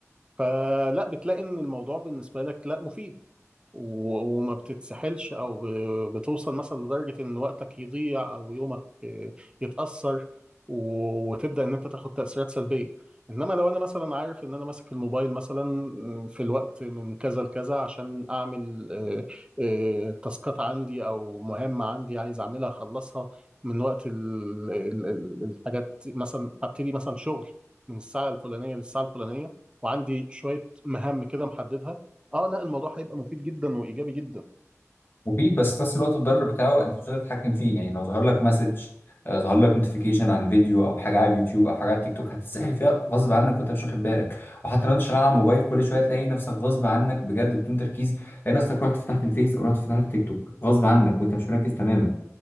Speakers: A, on the right; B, on the left.
A: فلا بتلاقي ان الموضوع بالنسبه لك لا مفيد و- وما بتتسحلش او ب- بتوصل مثلا لدرجه ان وقتك يضيع او يومك آه، يتاثر و- وتبدا ان انت تاخد تاثيرات سلبيه انما لو انا مثلا عارف ان انا ماسك الموبايل مثلا م، في الوقت من كذا لكذا عشان اعمل آه، آه، تاسكات عندي او مهمه عندي عايز اعملها اخلصها من وقت ال- ال- ال- الحاجات مثلا هبتدي مثلا شغل من الساعه الفلانيه للساعه الفلانيه وعندي شويه مهام كده محددها اه لا الموضوع هيبقى مفيد جدا وايجابي جدا
B: مفيد بس في نفس الوقت الضرر بتاعه انت مش قادر تتحكم فيه يعني لو ظهر لك مسج آه، ظهر لك نوتيفيكيشن عن فيديو او حاجه على اليوتيوب او حاجه على التيك توك هتتسحل فيها غصب عنك وانت مش واخد بالك وحتى لو انت شغال على الموبايل كل شويه تلاقي نفسك غصب عنك بجد بدون تركيز تلاقي نفسك رحت فتحت الفيس او رحت فتحت التيك توك غصب عنك وانت مش مركز تماما